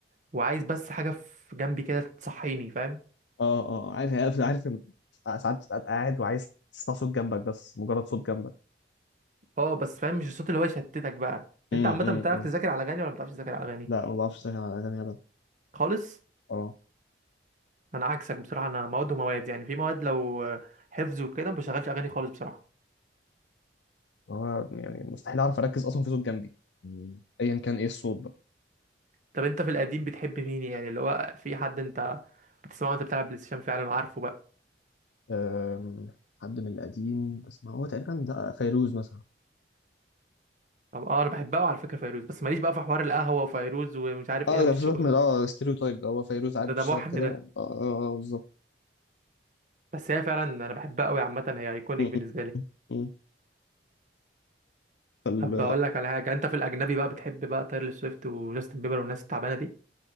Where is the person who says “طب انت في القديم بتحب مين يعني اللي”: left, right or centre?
Right